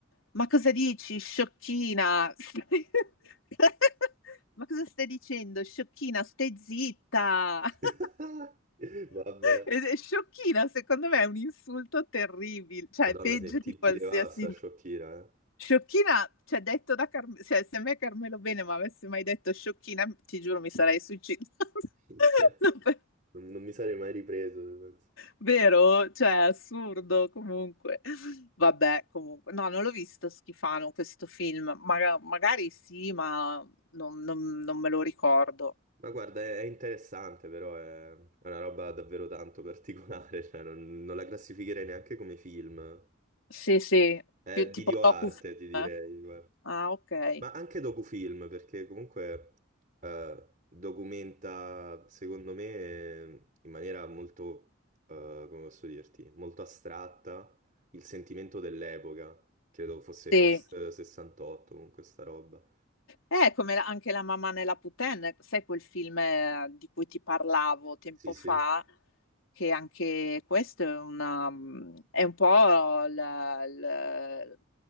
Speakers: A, on the left (about 80°); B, on the right (about 40°).
A: Ma cosa dici, sciocchina? <laughs> Ma cosa stai dicendo, sciocchina? Stai zitta.
B: <laughs>
A: <laughs>
B: Vabbè.
A: Ed è sciocchina, secondo me è un insulto terribile, cioè
B: Madonna,
A: è peggio
B: ti, ti,
A: di
B: ti
A: qualsiasi
B: devasta, sciocchina, eh?
A: Sciocchina, cioè detto da Carmelo, cioè se a me Carmelo Bene mi avesse mai detto sciocchina, ti giuro mi sarei suicidata. <laughs>
B: Minchia,
A: No, per-
B: Non, non mi sarei mai ripreso, penso.
A: Vero? Cioè, assurdo comunque. Vabbè, comunque. No, non l'ho visto Schifano questo film. Maga- magari sì, ma non, non- non me lo ricordo.
B: Ma guarda, è, è interessante, però è, è una roba davvero tanto particolare, <laughs> cioè non, non la classificherei neanche come film.
A: Sì, sì,
B: È
A: più tipo
B: videoarte,
A: docu
B: ti direi,
A: eh?
B: guarda.
A: Ah, ok.
B: Ma anche docufilm, perché comunque eh, documenta, secondo me, in maniera molto, eh, come posso dirti, molto astratta il sentimento dell'epoca. Credo fosse
A: Sì.
B: post 68, comunque sta roba.
A: È come la- anche La mamma nella Puten, sai quel film eh, di cui ti parlavo tempo
B: Sì, sì.
A: fa, che anche questo è, una, mm, è un po' la- la-